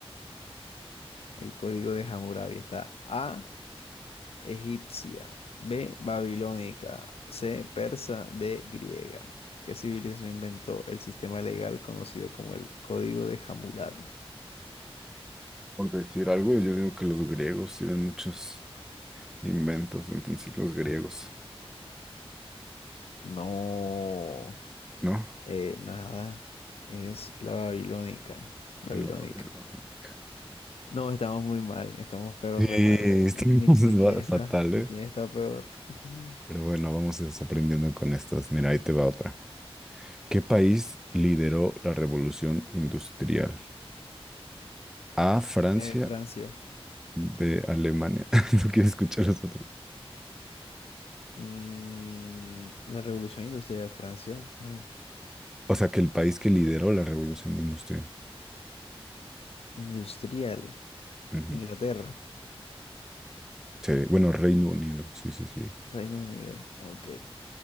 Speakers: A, on the left; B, in the centre.
A: El Código de Hammurabi está A, egipcia, B, babilónica, C, persa, D, griega. ¿Qué civilización inventó el sistema legal conocido como el Código de Hammurabi?
B: Por decir algo, yo digo que los griegos tienen muchos. Inventos, entonces los griegos,
A: No.
B: ¿no?
A: Eh, nada, es la babilónica, babilónica.
B: No, babilónica.
A: No, estamos muy mal, estamos pero
B: Eh,
A: re mal. ahí.
B: estamos
A: Ni, ni
B: <laughs>
A: quién está,
B: fatal,
A: ni
B: ¿eh?
A: quién está peor. <laughs>
B: Pero bueno, vamos desaprendiendo con estas. Mira, ahí te va otra. ¿Qué país lideró la revolución industrial? A, Francia,
A: Eh, Francia.
B: B, Alemania. <laughs> No quiero escuchar los otros.
A: Mm, la revolución industrial, Francia, no.
B: O sea, que el país que lideró la revolución industrial.
A: Industrial,
B: Ujú.
A: Inglaterra,
B: Sí, bueno, Reino Unido. Sí, sí, sí.
A: Reino Unido, ok.